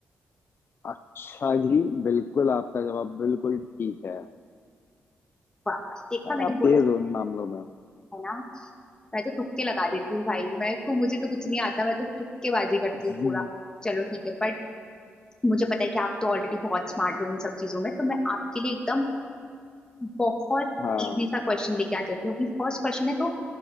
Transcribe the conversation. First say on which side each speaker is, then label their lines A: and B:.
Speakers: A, on the left; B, on the left.
A: अच्छा जी बिल्कुल आपका जवाब बिल्कुल ठीक है
B: वाह देखा
A: यार
B: मैंने
A: आप तेज
B: बोला
A: हो इन मामलों में
B: है ना मैं तो तुक्के लगा देती हूँ भाई मैं को मुझे तो कुछ नहीं आता मैं तो तुक्केबाजी करती
A: <laughs>
B: हूँ पूरा चलो ठीक है बट मुझे पता है कि आप तो ऑलरेडी बहुत स्मार्ट हो इन सब चीजों में तो मैं आपके लिए एकदम बहुत
A: हाँ
B: इजी सा क्वेश्चन लेके आ जाती हूँ अभी फर्स्ट क्वेश्चन है तो